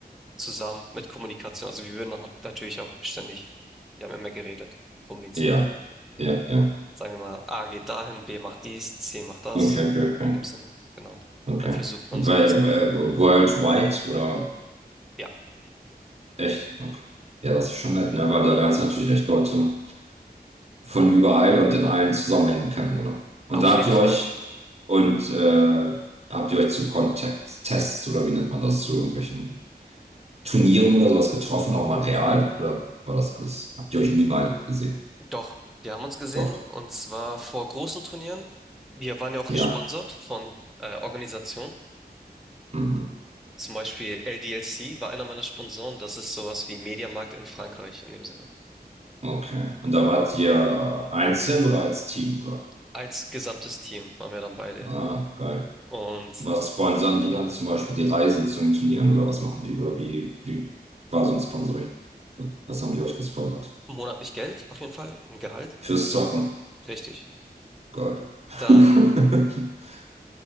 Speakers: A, in the centre; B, on the right (about 40°).
A: zusammen mit Kommunikation. Also wir würden auch natürlich auch ständig, wir haben immer geredet, kommuniziert.
B: Ja, ja, ja.
A: Sagen wir mal, A geht dahin, B macht dies, C macht das.
B: Okay, okay, okay.
A: In dem Sinne, genau.
B: Okay.
A: Dann versucht man
B: Weil,
A: so, dass,
B: weil Worldwide oder
A: ja,
B: Echt? Okay. Ja,
A: genau.
B: das ist schon nett, ne? Weil da lernst du natürlich echt Leute von überall und in allen Zusammenhängen kennen, oder? Und
A: Auf
B: da habt
A: jeden
B: ihr
A: Fall,
B: euch und äh, habt ihr euch zu Kontakttests oder wie nennt man das, zu irgendwelchen Turnieren oder sowas getroffen, auch mal real? Oder war das alles? Habt ihr euch nie mal gesehen?
A: doch, wir haben uns gesehen
B: Doch.
A: und zwar vor großen Turnieren. Wir waren ja auch
B: Ja.
A: gesponsert von äh, Organisationen.
B: Mhm.
A: Zum Beispiel LDLC war einer meiner Sponsoren. Das ist sowas wie Mediamarkt in Frankreich in dem Sinne.
B: Okay. Und da wart ihr einzeln oder als Team? Oder?
A: Als gesamtes Team waren wir dann bei denen.
B: Ah, geil.
A: Und
B: Was sponsern die dann zum Beispiel die Reisen zu den Turnieren oder was machen die? Oder wie, wie war so ein Sponsoring? Was haben die euch gesponsert?
A: monatlich Geld, auf jeden Fall, ein Gehalt.
B: Fürs Zocken.
A: Richtig.
B: Geil. <laughs>
A: Dann,